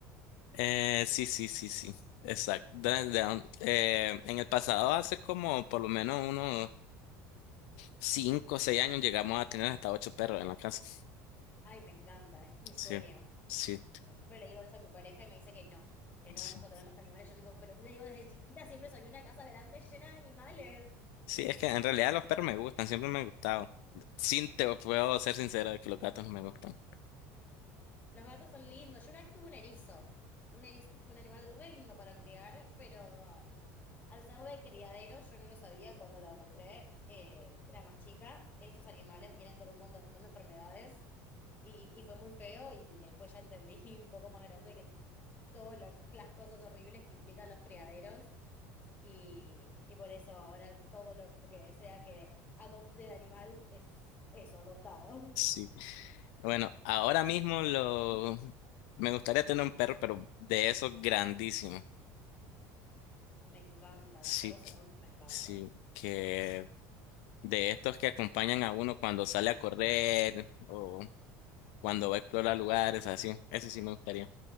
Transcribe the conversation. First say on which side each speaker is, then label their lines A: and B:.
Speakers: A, on the left (about 80°); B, on the left (about 25°).
A: eh, sí, sí, sí, sí. Exacto. Dun Down. Eh, en el pasado, hace como por lo menos unos cinco o seis años, llegamos a tener hasta ocho perros en la casa.
B: ay, me encanta, es mi
A: Sí,
B: sueño.
A: sí,
B: Yo siempre le digo eso a mi pareja y me dice que no, que no
A: sí.
B: vamos a tener más animales. Yo tipo, pero le digo, desde chiquita siempre soñé una casa grande llena de animales.
A: Sí, es que en realidad los perros me gustan, siempre me han gustado. Sí, te puedo ser sincero de que los gatos no me gustan.
B: Los gatos son lindos. Yo una vez tuve un erizo. Un erizo fue un animal re lindo para criar, pero al ser de criadero, yo no lo sabía cuando lo compré, eh, era más chica. Estos animales vienen con un montón de enfermedades y, y fue muy feo y después ya entendí <laughs> un poco más grande que todas las cosas horribles que implican los criaderos. Y, y por eso ahora todo lo que sea que adopte de animal es eso, adoptado.
A: Sí.
B: <laughs>
A: Bueno, ahora mismo lo... me gustaría tener un perro, pero de esos grandísimos.
B: Me encantan,
A: Sí,
B: los perros
A: que-
B: enormes me encantan.
A: sí, que de estos que acompañan a uno cuando sale a correr o cuando va a explorar lugares, así. Eso sí me gustaría.